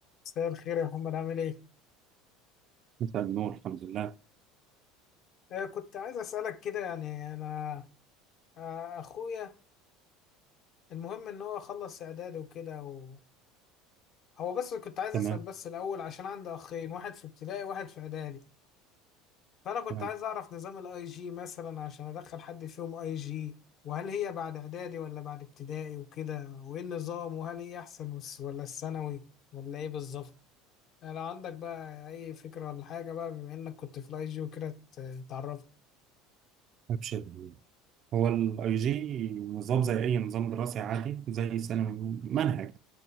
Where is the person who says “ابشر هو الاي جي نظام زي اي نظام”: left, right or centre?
Right